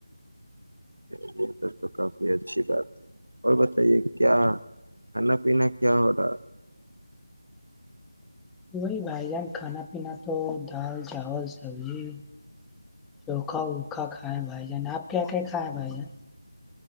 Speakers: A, on the right; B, in the centre.
A: چ یہ س تو کافی اچھی بات ہے اور بتائیے کیا کھانا پینا کیا ہو رہا
B: وہی بھائی جان کھانا پینا تو دال چاول سبزی چوکھا ووکھا کھائے بھائی جان آپ کیا کیا کھائےیں بھائی جان